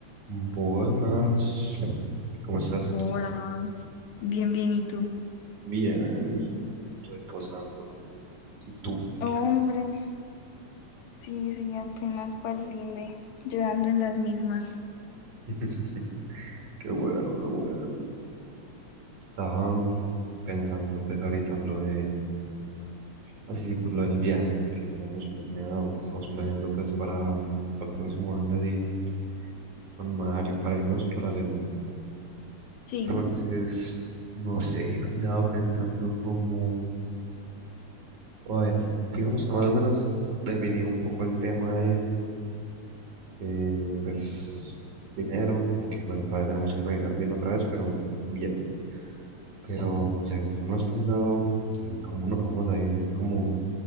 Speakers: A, on the right; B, on the left.
A: Buenas, ¿cómo estás?
B: Hola, bien, bien, ¿y tú?
A: Bien, bien, reposando. ¿Y tú
B: Hombre,
A: qué haces?
B: sí, sí, apenas para el fin de, yo ando en las mismas.
A: <laughs> Qué bueno, qué bueno. Estaba pensando pues ahorita en lo de, así, pues lo del viaje que tenemos planeado, que estamos planeando pues para, para el próximo año, así, con Mario, para irnos para Alemania.
B: Sí.
A: Entonces, no sé, andaba pensando como, a ver, digamos que más o menos definí un poco el tema eh, pues dinero, aunque bueno, todavía tenemos que revisar bien otra vez, pero bien. Pero no sé, ¿tú no has pensado en cómo nos vamos a dividir como